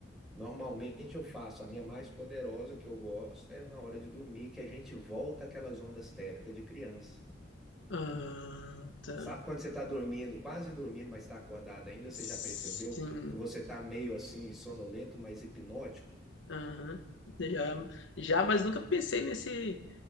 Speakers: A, in the centre; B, on the left.
A: normalmente eu faço a minha mais poderosa que eu gosto é na hora de dormir, que a gente volta àquelas ondas teta de criança.
B: Ah, tá.
A: Sabe quando você está dormindo, quase dormindo, mas está acordado ainda? Você
B: Sim,
A: já percebeu que você está meio assim, sonolento, mas hipnótico?
B: aham. Já, já, mas nunca pensei nesse,